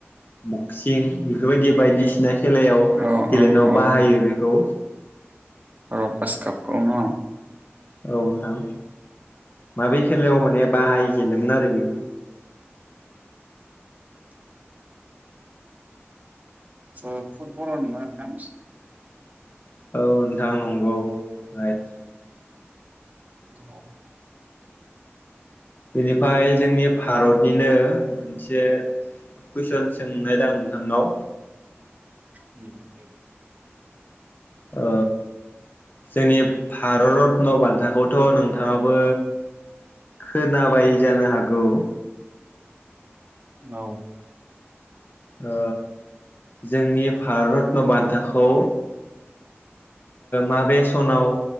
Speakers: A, on the left; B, on the right.
A: बक्सिं बेफोरबायदि बायदिसिना खेलाया
B: औ
A: गेलेनायाव
B: औ औ
A: बाहायो बेखौ।
B: रबास कापखौ न'?
A: औ नोंथां माबे खेलायाव मा बे बाहायजेदोंमोन आरो बेखौ?
B: ओ फुटबलाव नङा नोंथां।
A: औ नोंथां नंगौ राइट
B: औ
A: बेनिफ्राय जोंनि भारतनिनो <unintelligible> से कुइसन सोंनो दा नोंथांनाव?
B: उम
A: ओ जोंनि भारतरत्न बान्था खौथ' नोंथाङाबो खोनाबाय जानो हागौ।
B: औ।
A: ओ जोंनि भार रत्न बान्थाखौ माबे सनाव